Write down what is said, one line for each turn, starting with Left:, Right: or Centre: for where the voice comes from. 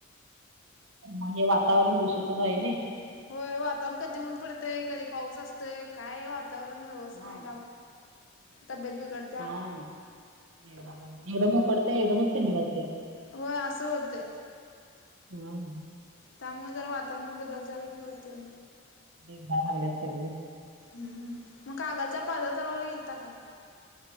Right: मग हे वातावरण दूषितच आहे ना
Left: होय वातावरण कधी ऊन पडतय कधी पाऊस असतय काय वातावरण व्यवस्थित
Right: हा
Left: नाही तबीयत ब कडते
Right: हा एकदम कडते एकदम ंडी वालतेय
Left: होय असं होतंय
Right: हम
Left: त्यामुळे जरा वातावरण बदल झाला की होते
Right: ग नाान ग्या तगली
Left: ह् मग कागलच्या पाजर चालावला गेलता का